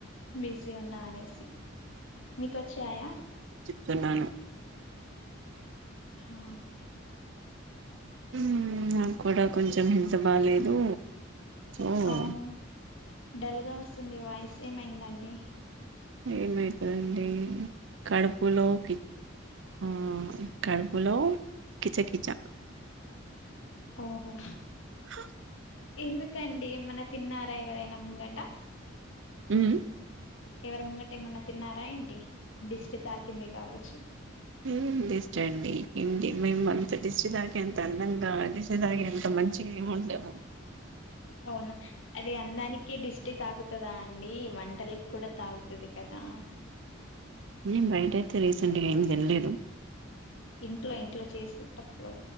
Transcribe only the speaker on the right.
తిన్నాను
ఉమ్ నాకు కూడా కొంచెం హెల్త్ బాలేదు. ఉమ్
ఏమైతదండి కడుపులో కి ఆ కడుపులో కిచకిచ
హ
హ్మ్
ఏం దిష్టిండి ఏ మేము అంత దిష్టి తాకేంత అందంగా దిష్టి తాకేంత మంచిగా ఏమి ఉండము
నేన్ బైటైతే రీసెంట్ గా ఏం తినలేదు